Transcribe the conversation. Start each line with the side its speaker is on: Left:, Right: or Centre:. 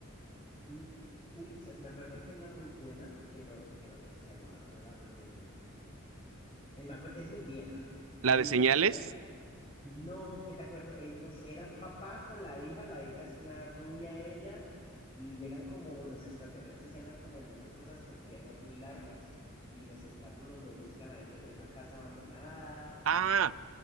Left: Mm, Uy, se- me acuerdo que hay una muy buena, pero creo que se llamaba como la... mm, eh, me acuer- es muy vieja,
Right: La
Left: es
Right: de
Left: muy
Right: señales.
Left: vieja y... tra- No, ¿qué te acuerdas? Eh, no sé, era un papá con la hija, la hija es una rubia ella, y llegan como los extraterrestres y andan como en unas cosas con piernas muy largas, y los tentáculos los buscan a ellos en una casa abandonada, y
Right: Ah,